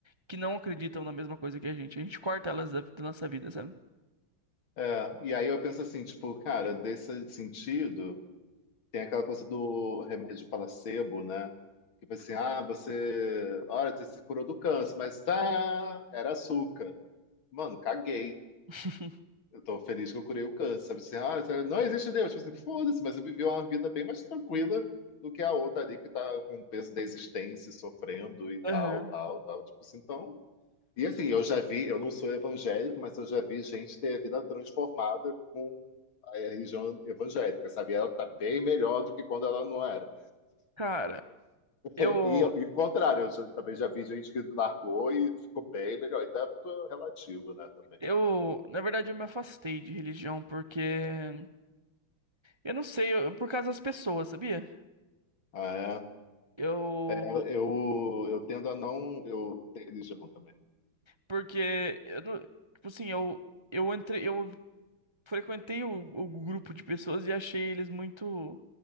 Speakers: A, on the right; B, on the left.
A: que não acreditam na mesma coisa que a gente. A gente corta elas da, da nossa vida, sabe?
B: é. E aí eu penso assim, tipo, cara, desse sentido. Tem aquela coisa do remédio placebo, né? Que foi assim, ah, você, olha, você se curou do câncer, mas tá, era açúcar. Mano, caguei.
A: <laughs>
B: Eu tô feliz que eu curei o câncer. Sabe assim, ah, isso aí não existe Deus. Tipo assim, foda-se, mas você viveu uma vida bem mais tranquila do que a outra ali que tá com o peso da existência, sofrendo e tal,
A: Aham.
B: tal, tal. Tipo assim, então e assim, eu já vi, eu não sou evangélico, mas eu já vi gente ter a vida transformada com a religião evangélica, sabe? Ela tá bem melhor do que quando ela não era.
A: Cara, eu.
B: E, e o contrário, eu já- também já vi gente que largou e ficou bem melhor. Então é muito relativo, né, também.
A: Eu, na verdade, eu me afastei de religião porque eu não sei, eu- por causa das pessoas, sabia?
B: Ah, é.
A: Eu
B: É, eu, eu tendo a não eu ter religião também.
A: Porque eu não, tipo assim, eu eu entrei, eu frequentei o, o grupo de pessoas e achei eles muito